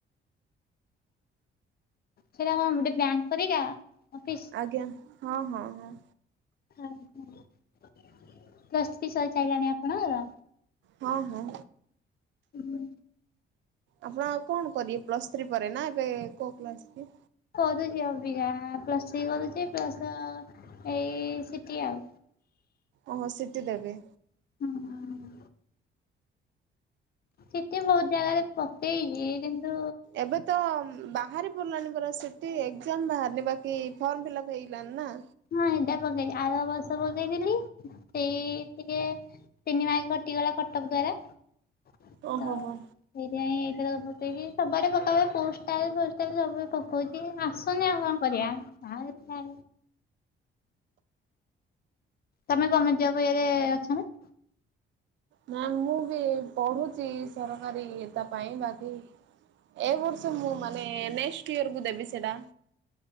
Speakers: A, on the left; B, on the right.
A: ସେଇଟା କଣ ଗୋଟେ ବ୍ୟାଙ୍କ ପରିକା ଅପିସ୍?
B: ଆଜ୍ଞା ହଁ ହଁ ହଁ।
A: ହଁ ହଁ ପ୍ଲସ୍ ଥ୍ରୀ ସରିସାଇଲାଣି ଆପଣଙ୍କର?
B: ହଁ ମ।
A: ହୁଁ।
B: ଆପଣ ଆଉ କଣ କରିବେ ପ୍ଲସ୍ ଥ୍ରୀ ପରେ ନା ଏବେ କୋଉ କ୍ଲାସ କି?
A: କରୁଛି ଅବିକା ପ୍ଲସ୍ ଥ୍ରୀ କରୁଛି ପ୍ଲସ ଏଇ ସିଟି ଆଉ।
B: ଓହୋ ସିଟି ଦେବେ?
A: ହୁଁ ହୁଁ ସିଟି ବହୁତ୍ ଜାଗାରେ ପକେଇଛି କିନ୍ତୁ
B: ଏବେ ତ ବାହାରେ ବୁଲାବୁଲି କର ସିଟି ଏକ୍ଜାମ ବାହାରିନି ବାକି ଫର୍ମ ଫିଲଅପ୍ ହେଇଗଲାନି ନା?
A: ହଁ ଏଟା ପକେଇଚି ଆର ବର୍ଷ ପକେଇଥିଲି ସେଇ ଟିକେ ତିନି ମାର୍କ କଟିଗଲା କଟଫ୍ ଦ୍ଵାରା ତ
B: ଓହୋ
A: ସେଇଥିପାଇଁ
B: ହୋ
A: ଏଇ ଥରକ ପକେଇଚି ସବୁଆଡ଼େ ପକାପକି ପୋଷ୍ଟାଲ ଫୋଷ୍ଟାଲ ସବୁ କହୁଚି ଆସନି ଆଉ କଣ କରିବା ଆ ତମେ ଗମେଣ୍ଟ ଜବ୍ ଇଏରେ ଅଛ ନା?
B: ନା ମୁଁ ବି ପଢୁଚି ସରକାରୀ ଏତା ପାଇଁ। ବାକି ଏ ବର୍ଷ ମୁଁ ମାନେ ନେଷ୍ଟ୍ ଇୟରକୁ ଦେବି ସେଡ଼ା।